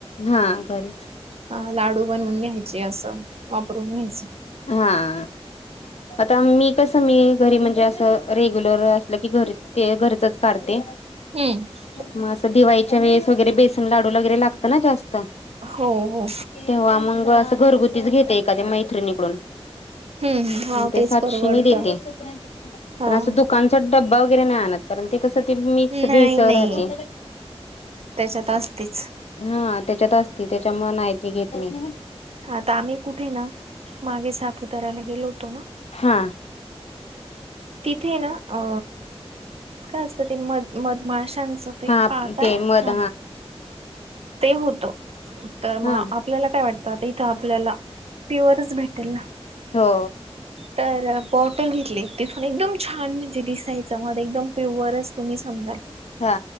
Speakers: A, on the left; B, on the right.
A: हा घरीच,
B: हा लाडू बनवून घ्यायचे असं, वापरून घ्यायचं.
A: हाआ, आता मी कसं मी घरी म्हणजे असं रेग्युलर असलं की घरी ते घरचच काढते,
B: हम्म
A: म असं दिवाळीच्या वेळेस वगैरे बेसन लाडू लां वगैरे लागतं ना जास्त,
B: हो हो
A: तेव्हा मंग असं घरगुतीच घेते एखाद्या मैत्रीणीकडून
B: हम्म हा
A: म ते
B: तेच
A: सातशे
B: परवडत
A: नि देते पण
B: हा
A: असं दुकानच, डब्बा वगैरे आणत, कारण ते कस ते मिक्स
B: नाही
A: भेस
B: नाही
A: राहते,
B: त्याच्यात असतेच
A: हा त्याच्यात असती त्याच्या मुल नाही ती घेत मी
B: आता आम्ही कुठे ना मागे, सापुताऱ्या ला गेलो होतो
A: हा,
B: तिथेच आ, काय असतं, ते मध मधमाशांचं ते
A: हा
B: पाहतात.
A: ते मध
B: हा ते होत तर मग
A: हा
B: आप आपल्याला काय वाटतं आता इथं आपल्याला प्युअरच भेटेल ना,
A: हो,
B: तरअ बॉटल घेतली तिथून एकदम छान म्हणजे दिसायचं मध्ये एकदम प्युअरच तुम्ही समजा,
A: हा,